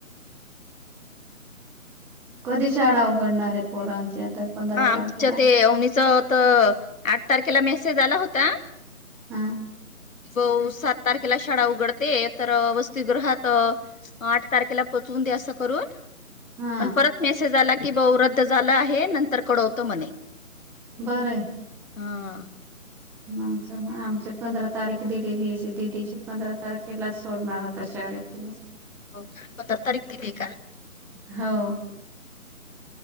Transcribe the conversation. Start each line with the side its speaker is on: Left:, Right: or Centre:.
Centre: कधी शाळा उघडणार आहे पोरांची आता? पंधरा
Left: हा आमच्या
Centre: तारखेला?
Left: ते अवणीच तर आठ तारखेला मेसेज आला होता
Centre: हाम
Left: बउ सात तारखेला शाळा उघडते तर वस्तिगृहात आठ तारखेला पोचवून दया असं करून,
Centre: हा
Left: पण परत मेसेज आला की बऊ रद्द झाला आहे नंतर कळवतो मणे.
Centre: बरय
Left: हा
Centre: आमच आमची पंधरा तारीख दिलेली दिदीची पंधरा तारखेलाच सोडणार आता शाळेत तिला
Left: हो पंधरा तारीख दिलीये का?
Centre: हो.